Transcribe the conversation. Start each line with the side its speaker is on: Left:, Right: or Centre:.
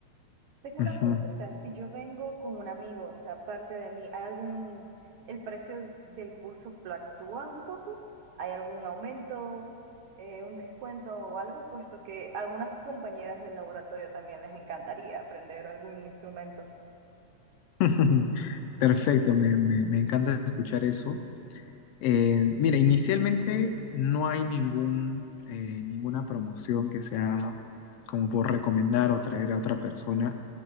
Right: Tengo
Left: Ujú.
Right: una consulta. Si yo vengo con un amigo, o sea, aparte de mí, ¿hay algún, el precio del curso fluctúa un poco? ¿Hay algún aumento, eh, un descuento o algo? Puesto que a algunas compañeras del laboratorio también les encantaría aprender algún instrumento.
Left: <laughs> Perfecto, me, me- me encanta escuchar eso. Eh, mira, inicialmente no hay ningún, eh, ninguna promoción que sea como por recomendar o traer a otra persona,